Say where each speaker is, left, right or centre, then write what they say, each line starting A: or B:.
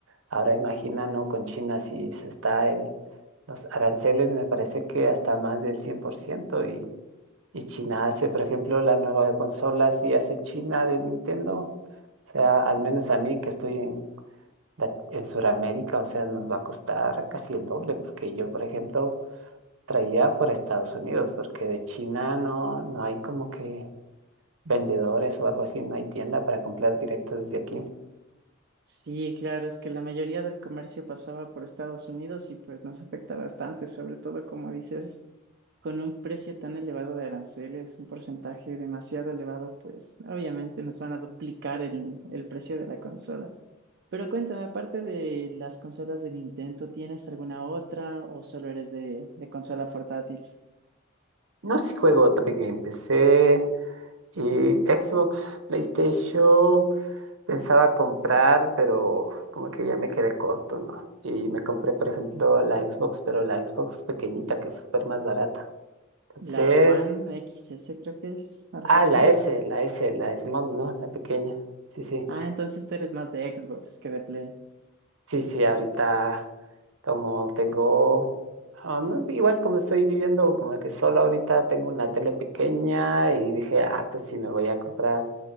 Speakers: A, on the right; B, on the right.
A: ahora imagina, ¿no? Con China si se está el, los aranceles, me parece que hasta más del cien por ciento y, y China hace, por ejemplo, la nueva consola, si hace China de Nintendo. O sea, al menos a mí que estoy en, la- en Sudamérica, o sea, nos va a costar casi el doble, porque yo, por ejemplo, traía por Estados Unidos, porque de China no, no hay como que vendedores o algo así, no hay tienda para comprar directo desde aquí.
B: Sí, claro, es que la mayoría del comercio pasaba por Estados Unidos y pues nos afecta bastante, sobre todo como dices, con un precio tan elevado de aranceles, un porcentaje demasiado elevado, pues obviamente nos van a duplicar el, el precio de la consola. Pero cuéntame, aparte de las consolas de Nintendo, ¿tienes alguna otra o solo eres de, de consola portátil?
A: No sé si juego Topic Game, PC y Xbox, PlayStation, pensaba comprar, pero como que ya me quedé corto, ¿no? Y me compré, por ejemplo, la Xbox, pero la Xbox pequeñita, que es súper más barata. Entonces...
B: La One XS creo que es algo
A: Ah,
B: así.
A: la S, la S, la small, ¿no? La pequeña. Sí, sí.
B: Ah, entonces tú eres más de Xbox que de Play.
A: Sí, sí, ahorita como tengo, ah, no, igual como estoy viviendo como que solo ahorita tengo una tele pequeña y dije, ah, pues si me voy a comprar